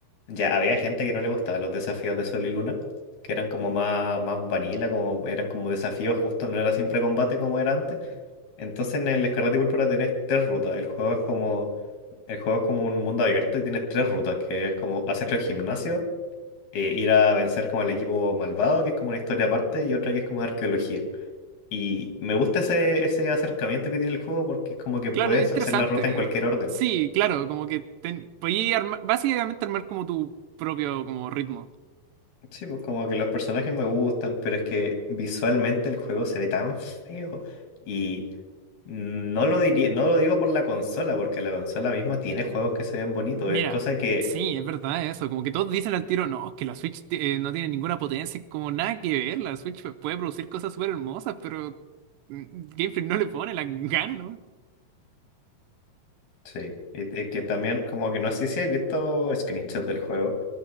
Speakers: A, on the left; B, on the right.
A: ya había gente que no le gustaba los desafíos de Sol y Luna, que eran como más, más vanilla, como eran como desafíos justos, no era siempre combate como era antes. Entonces en el Escarlata y Púrpura tienes tres rutas, el juego es como, el juego es como un mundo abierto y tienes tres rutas, que es como hacer el gimnasio eh, ir a vencer como al equipo malvado, que es como una historia aparte, y otra que es como de arqueología. Y me gusta ese, ese acercamiento que tiene el juego porque es como que
B: claro,
A: puedes
B: es interesante.
A: hacer la ruta en cualquier
B: eh.
A: orden.
B: Sí, claro, como que ten, podías armar- básicamente armar como tu propio como ritmo.
A: Sí, pues como que los personajes me gustan, pero es que visualmente el juego se ve tan feo. Y no lo diría, no lo digo por la consola, porque la consola misma tiene juegos que se ven bonitos.
B: Mira,
A: Es cosa que,
B: sí, es verdad eso. Como que todos dicen al tiro, no, es que la Switch ti- eh, no tiene ninguna potencia, es como nada que ver. La Switch pu- puede producir cosas súper hermosas, pero mm, Game Freak no le pone la ganas, ¿no?
A: sí, y- y que también como que no sé si has visto screenshots del juego.